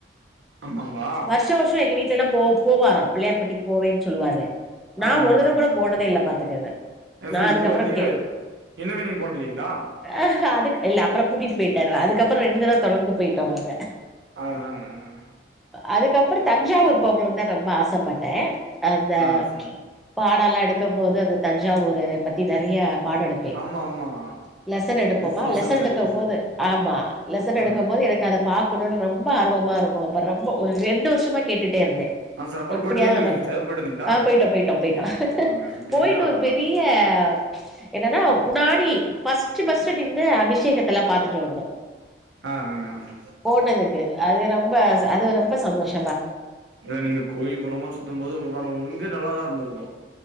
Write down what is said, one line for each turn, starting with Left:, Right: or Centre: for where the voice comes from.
Right: ஆமாங்களா
Centre: வருஷம் வருஷம் எங்க வீட்ல எல்லா போ போவாரா பிள்ளையார்பட்டிக்கு போவேன்னு சொல்லுவாரு நா
Right: ஆ ஆ
Centre: ஒரு தடவ
Right: ஆ
Centre: கூட
Right: ஆ
Centre: போனதே இல்ல பாத்துக்குங்க
Right: ஆ
Centre: நா
Right: சார்
Centre: அதுக்கப்புற
Right: இவ்ளோ நீங்க
Centre: கே
Right: இன்னுமே நீங்க போனது இல்லைங்களா
Centre: அஹ அதுக் இல்ல அப்புற கூட்டிட்டு போயிடாரு அதுக்கப்புற ரெண்டு தடவ தொடர்ந்து போயிட்டோ நாங்க
Right: ஆ ஆ ஆ ஆ
Centre: அதுக்கப்பற தஞ்சாவூர் போகணுணு தா ரொம்ப ஆசப்பட்டே அந்த
Right: ஆ சார்
Centre: பாட் டலா எடுக்கம் போது அந்த தஞ்சாவூர பத்தி நெறய பாட எடுப்பே
Right: ஆமா ஆமா
Centre: லெசன் எடுப்போ
Right: இது
Centre: பா
Right: சோசியல்
Centre: லெசன்
Right: சர்வீஸ்
Centre: எடுக்கம் போது ஆமா லெசன்
Right: ஆ
Centre: எடுக்கம்
Right: ஆ
Centre: போது எனக்கு அதை பா பாக்கணுனு ரொம்ப ஆர்வமா இருக்கு ப ரொம்ப ஒரு ரெண்டு வருஷமா கேட்டுட்டே இருந்தே
Right: ஆ சார் அப்புறம்
Centre: எப்டியாவது
Right: போயிட்டு இருந்தீங்களா
Centre: நம்ம
Right: இல்லைங்க
Centre: த
Right: சார் போயிட்டு இருந்தீங்களா
Centre: ஆ போய்ட்டோ போய்ட்டோ போய்ட்டோ ஹ ஹ ஹ
Right: ஆ இங்க
Centre: போயிட்டு
Right: இதான்
Centre: ஒரு பெரிய அ என்னனா முன்னாடி பஸ்ட்டு பஸ்ட்டு நின்னு அபிஷேகத்த எல்லா பாத்துட்டு வந்தோ
Right: ஆ ஆ
Centre: போனதுக்கு
Right: ஆ
Centre: அது ரொம்ப ச அது ரொம்ப சந்தோஷ
Right: இதே நீங்க கோயில் குளமா சுத்தம் போது <unintelligible> வந்து நல்லாதா இருந்துருக்கு